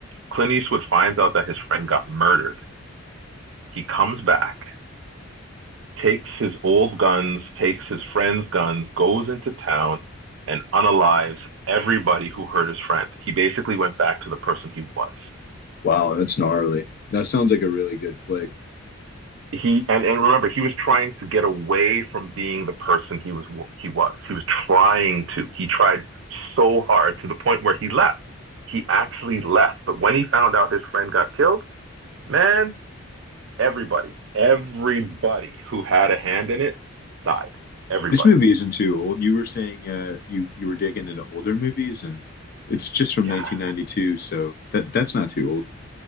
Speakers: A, on the right (about 60°); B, on the left (about 45°).
A: Clint Eastwood finds out that his friend got murdered. He comes back, takes his old guns, takes his friend's guns, goes into town and unalives everybody who hurt his friend. He basically went back to the person he was.
B: Wow, that's gnarly. That sounds like a really good flick.
A: he and, and remember he was trying to get away from being the person he was he was he was trying to he tried so hard to the point where he left he actually left but when he found out his friend got killed man everybody everybody who had a hand in it died everybody
B: This movie isn't too old. You were saying uh, you you were digging into older movies, and it's just from 1992,
A: yeah
B: so that that's not too old.